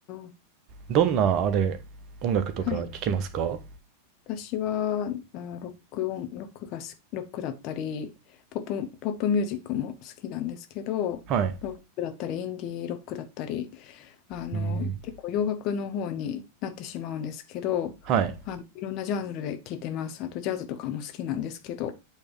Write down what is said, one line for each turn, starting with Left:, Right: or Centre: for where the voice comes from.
Left: あ。
Right: どんな、あれ、音楽とか聴きますか
Left: はい。私はあロック音、ロックがす、ロックだったり、ポップ、ポップミュージックも好きなんですけど、
Right: はい。
Left: ロックだったり、インディーロックだったり、あの、
Right: うん
Left: 結構洋楽の方になってしまうんですけど、
Right: はい。
Left: あの、いろんなジャンルで聴いてます。あとジャズとかも好きなんですけど、